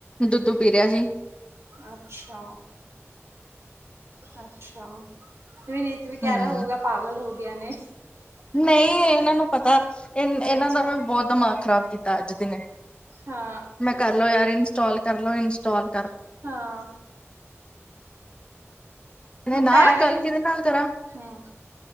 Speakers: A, on the left; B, on the right.
A: ਦੁੱਧੁੂ ਪੀ ਰਿਹਾ ਸੀ।
B: ਅੱਛਾ। ਅੱਛਾ, ਵੀਨੀਤ ਵੀ ਕਹਿ
A: ਹਮ
B: ਰਾ ਹੋਗਾ ਪਾਗਲ ਹੋ ਗੀਆ ਨੇ।
A: ਨਈ ਇਹਨਾਂ ਨੂੰ ਪਤਾ, ਇਹ ਇਹਨਾਂ
B: ਅੱਛਾ
A: ਦਾ ਵੀ ਬਹੁਤ ਦਮਾਗ ਖ਼ਰਾਬ ਕੀਤਾ ਅੱਜ ਦਿਨੇ।
B: ਹਾਂ
A: ਮੈਂ ਕਰਲੋ ਯਾਰ ਇੰਸਟੋਲ ਕਰਲੋ ਇੰਸਟੋਲ।
B: ਹਾਂ,
A: ਕਹਿੰਦੇ ਨਾ
B: ਪੈਰੇ
A: ਗੱਲ ਕਿਹਦੇ ਨਾਲ ਕਰਾਂ
B: ਹੂੰ